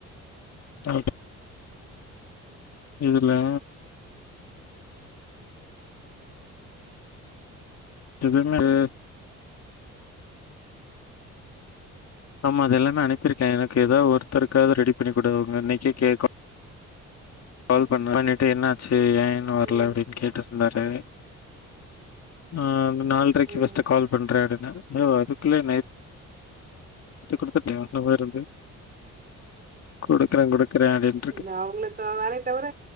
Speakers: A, on the left; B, on the right.
A: <unintelligible> இதுல இது என்னடு ஆமா அது எல்லாமே அனுப்பிருக்கே எனக்கு எதாவ் ஒருத்தருக்காவது ரெடி பண்ணி குடு அவுங்க அன்னைக்கே கேக்கா கால் பண்ண பண்ணிட்டு என்ன ஆச்சி ஏ இன்னு வர்ல
B: ம்
A: அப்டின் கேட்டர் ந்தாரு அ நாள்ரைக்கு
B: ம்
A: ஃபஸ்ட்டு கால்ப் பண்றாடுங்க யோ அதுக்குள்ளே நேத் த்து குடுத்துட்டே இன்னு வேற எது குடுக்றே குடுக்றே அப்டின்
B: இல்ல அவுங்களத்த வேலையத் தவர